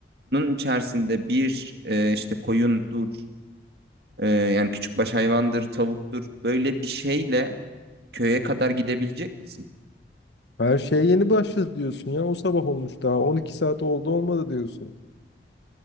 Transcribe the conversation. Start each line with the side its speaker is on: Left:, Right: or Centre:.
Right: içerisinde bir e, işte koyundur, e, yani küçükbaş hayvandır, tavuktur böyle bir şeyle köye kadar gidebilecek misin?
Left: Her şeye yeni başladı diyorsun ya. O sabah olmuş daha. 12 saat oldu olmadı diyorsun.